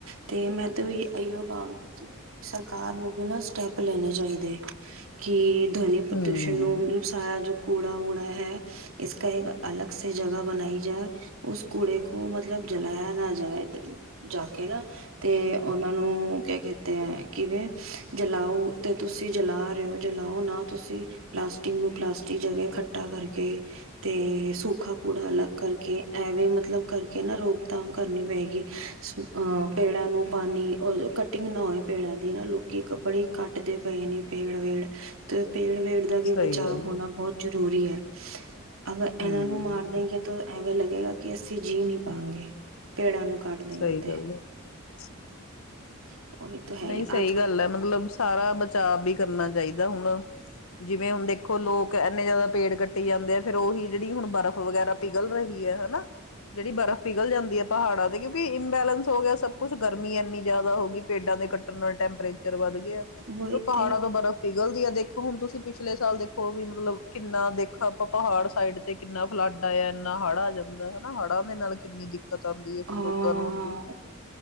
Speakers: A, on the right; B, on the left.
A: ਤੇ ਮੈਂ <unintelligible> ਸਰਕਾਰ ਨੂੰ ਵੀ ਨਾ ਸਟੈਪ ਲੈਣੇ ਚਾਹੀਦੇ। ਕਿ- ਧਵਨੀ
B: ਹੂੰ-ਹੂੰ-ਹੂੰ-ਹੂੰ-ਹੂੰ-ਹੂੰ-ਹੂੰ-ਹੂੰ,
A: ਪ੍ਰਦੂਸ਼ਣ ਨੂੰ ਮਤਲਬ ਸਾਰਾ ਜੋ ਕੂੜਾ ਉੜਾ ਹੈ ਇਸ ਕਹੇਗਾ। ਅਲੱਗ ਸੇ ਜਗਾ ਬਣਾਈ ਜਾਏ। ਉਸ ਕੁੂੜੇ ਕੋ- ਕੋ ਮਤਲਬ ਜਲਾਇਆ ਨਾ ਜਾਏ। ਤ ਜਾ ਕੇ ਏ ਨਾ ਤੇ ਉਹਨਾਂ ਨੂੰ ਕੈ ਕਤੇ ਹੈ ਕਿਵੇਂ ਜਲਾਓ ਤੇ ਤੁਸੀਂ ਜਲਾ ਰਹੇ ਹੋ। ਜਲਾਓ ਨਾ ਤੁਸੀਂ ਪਲਾਸਟਿਕ ਨੂੰ ਪਲਾਸਟਿਕ ਜਗਾ ਖਟਾ ਕਰਕੇ ਤੇ ਸੂਖਾ ਕੂੜਾ ਅਲੱਗ ਕਰਕੇ ਐਵੇਂ ਮਤਲਬ ਕਰਕੇ ਨਾ ਰੋਕਥਾਮ ਕਰਨੀ ਪਏਗੀ ਸੋ ਅਹ ਪੇੜਾਂ ਨੂੰ ਪਾਣੀ ਔਰ ਕਟਿੰਗ ਨਾ ਹੋਏ। ਪੇੜਾ ਦੀ ਨਾ ਲੋਕੀ ਇੱਕ ਬੜੀ ਕੱਟਦੇ ਪਏ ਨੇ, ਪੇੜ ਵੇੜ ਤੇ ਪੇੜ ਵੇੜ ਦਾ ਵੀ
B: ਸਹੀ
A: ਬਚਾਵ
B: ਗੱਲ
A: ਹੋਣਾ
B: ਐ,
A: ਬੌਤ ਜਰੁਰੀ ਜਰੂਰੀ ਐ। ਅਗਰ ਐਨਾਂ
B: ਹੂੰ,
A: ਨੂੰ ਮਾਰ ਦੇਗੇ ਤਾਂ ਐਵੇਂ ਲੱਗ ਲਗੇਗਾ ਕਿ ਅਸੀਂ ਅਸੀਂ ਜੀਅ ਨੀ ਪਾਂਗੇ ਪੇੜਾਂ ਨੂੰ ਕੱਟ ਦੇਂਗੇ
B: ਸਹੀ
A: ਤੇ
B: ਗੱਲ ਐ। <inaudible>
A: <inaudible> ਹੈ
B: ਨਹੀਂ
A: ਹੀ
B: ਸਹੀ
A: ਅੱਜ
B: ਗੱਲ ਐ, ਮਤਲਬ ਸਾਰਾ ਬਚਾਵ ਵੀ ਕਰਨਾ ਚਾਹੀ ਦਾ, ਹੁਣ ਜਿਵੇਂ ਹੁਣ ਦੇਖੋ ਲੋਕ ਐਨੇ ਜੈਦਾ ਪੇੜ ਕੱਟੀ ਜਾਂਦੇ ਐ, ਫੇਰ ਔਹੀ ਜਿੜੀ ਹੁਣ ਬਰਫ਼ ਵਗੈਰਾ ਪਿਘਲ ਰਹੀ ਹੈ ਹੈਨਾ, ਜੇੜੀ ਬਰਫ਼ ਪਿਘਲ ਜਾਂਦੀ ਹੈ ਪਹਾੜਾਂ ਤੇ ਕਿਉਂਕਿ, ਇੰਬੈਲੈਂਸ ਹੋ ਗਿਆ ਸਭ ਕੁੱਛ ਗਰਮੀ ਐਨੀ ਜੈਦਾ ਹੋ ਗੀ। ਪੇਡਾਂ ਦੇ ਕੱਟਣ ਨਾਲ ਟੈਂਪਰੇਚਰ ਵੱਧ ਗ ਗੇ ਐ ਫੇਰ
A: ਵਹੀ
B: ਔ ਪਹਾੜਾਂ
A: ਤੇ
B: ਤੋਂ ਬਰਫ਼ ਪਿ ਗਲਦੀ ਐ ਦੇਖੋ ਹੁਣ ਤੁਸੀਂ ਪਿਛਲੇ ਸਾਲ ਦੇਖੋ ਵੀ ਮਤਲਬ ਕਿੰਨਾ ਦੇਖ ਆਪਾਂ ਪਹਾੜ ਸਾਈਡ ਤੇ ਕਿੰਨਾ ਫਲੱਡ ਆਯੈ ਇੰਨਾ ਹੜ ਆ ਜਾਂਦੈ। ਐਨਾ ਹੜ੍ਹਾਂ ਦੇ ਨਾਲ ਕਿੰਨੀ ਦਿੱਕਤ ਆਂਦੀ ਏ ਫੇਰ
A: ਹਾਂ
B: ਲੋਕਾਂ ਨੂੰ ਅੱਗੇ।